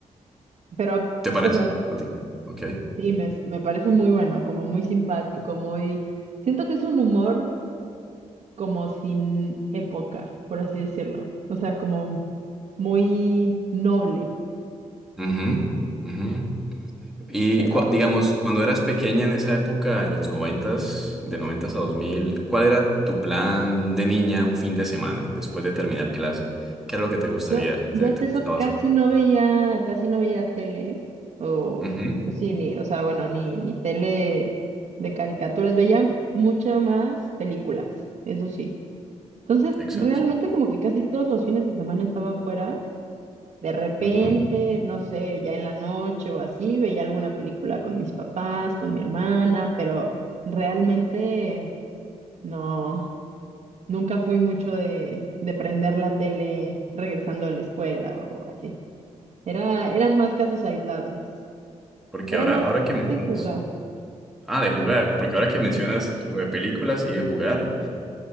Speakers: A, on the right (about 60°); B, in the centre.
A: Pero,
B: ¿Te parece?
A: o sea,
B: a ti? Ok.
A: sí, me, me parece muy bueno, como muy simpático, muy... Siento que es un humor como sin época, por así decirlo. O sea, como muy noble.
B: Ujú, ujú. Y
A: Pero
B: cua- digamos, cuando eras pequeña en esa época, de los noventas, de noventas a dos mil, ¿cuál era tu plan de niña un fin de semana después de terminar clase? ¿Qué era lo que te gustaría,
A: yo,
B: te,
A: yo hasta
B: te gustaba
A: eso casi
B: hacer?
A: no veía, casi no veía tele, ¿eh? O,
B: Ujú,
A: pues sí, ni, o sea, bueno, ni, ni tele de caricaturas. Veía mucho más películas, eso sí. Entonces,
B: Exacto.
A: realmente como que casi todos los fines de semana estaba afuera. De repente,
B: Ujú.
A: no sé, ya en la noche o así, veía alguna película con mis papás, con mi hermana, pero realmente no, nunca fui mucho de, de prender la tele regresando de la escuela o así. Era, eran más casos aislados.
B: Porque
A: Era
B: ahora,
A: más
B: ahora que mencionas,
A: de jugar.
B: ah, de jugar, porque ahora que mencionas
A: <laughs>
B: lo de películas y de jugar,